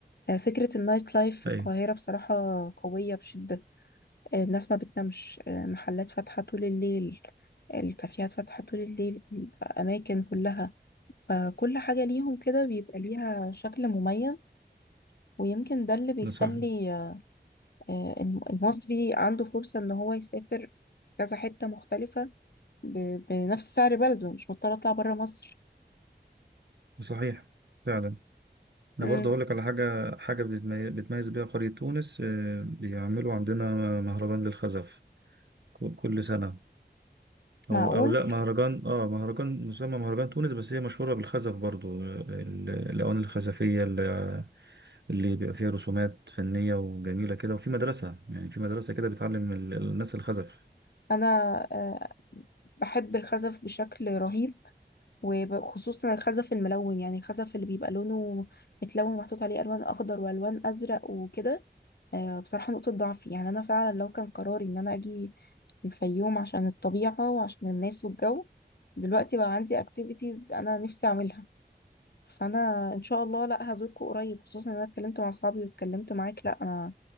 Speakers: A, on the left; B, on the right.
A: آه، فكرة النايت لايف في القاهرة
B: ايوه
A: بصراحة قوية بشدة آه، الناس ما بتنامش آه، محلات فاتحة طول الليل الكافيهات فاتحة طول الليل الأماكن كلها فكل حاجة ليهم كده بيبقى ليها شكل مميز ويمكن ده اللي بيخلي
B: نصح
A: آه، الم- المصري عنده فرصة إن هو يسافر كذا حتة مختلفة ب- بنفس سعر بلده مش مضطرة أطلع برا مصر
B: صحيح فعلا انا
A: امم
B: برضه اقول لك على حاجه حاجه بتمي- بتميز بيها قريه تونس آه، بيعملوا عندنا مهرجان للخزف ك- كل سنه
A: معقول
B: او او لا مهرجان اه مهرجان مسمى مهرجان تونس بس هي مشهوره بالخزف برضه آه، ال- الاواني الخزفيه اللي اللي بيبقى فيها رسومات فنيه وجميله كده وفي مدرسه يعني في مدرسه كده بتعلم ال- الناس الخزف
A: أنا آه، بحب الخزف بشكل رهيب وخصوصا الخزف الملون يعني الخزف اللي بيبقى لونه متلون ومحطوط عليه ألوان أخضر وألوان أزرق وكده آه، بصراحة نقطة ضعفي يعني أنا فعلا لو كان قراري إن أنا أجي الفيوم عشان الطبيعة وعشان الناس والجو دلوقتي بقى عندي اكتيفيتيز انا نفسي اعملها فانا ان شاء الله لا هزوركم قريب خصوصا ان انا اتكلمت مع اصحابي واتكلمت معاك لا انا